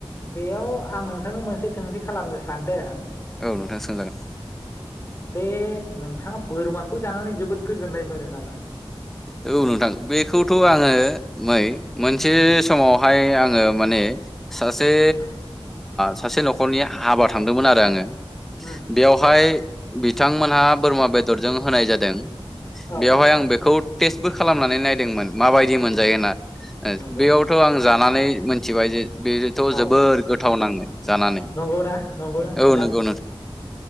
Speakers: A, on the left; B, in the centre.
A: बेयाव आं नोंथांनाव मोनसे सोंथि खालामनो सानदों।
B: औ नोंथां सोंजागोन।
A: बे नोंथाङा बोरमाखौ जानानै जोबोद गोजोननाय मोनो नामा नोंथां।
B: औ नोंथां बेखौथ' आङो मै। मोनसे
A: उम
B: समावहाय आङो माने
A: औ
B: सासे
A: उम
B: सासे न'खरनि आबाद थांदोंमोन आरो आङो
A: उम
B: बेयावहाय बिथांमोनहा बोरमा बेदरजों होनाय जादों
A: औ
B: बेवहाय आं बेखौ टेस्टबो खालामनानै नायदोंमोन माबायदि मोनजायो
A: नंगौ
B: होनना
A: नंगौ
B: बेयावथ' आं जा। लानानै मिथिबाय जे। बेथ'
A: औ
B: जोबोर गोथाव नाङो जानानै
A: नंगौना नंगौना नोंथां।
B: औ नंगौ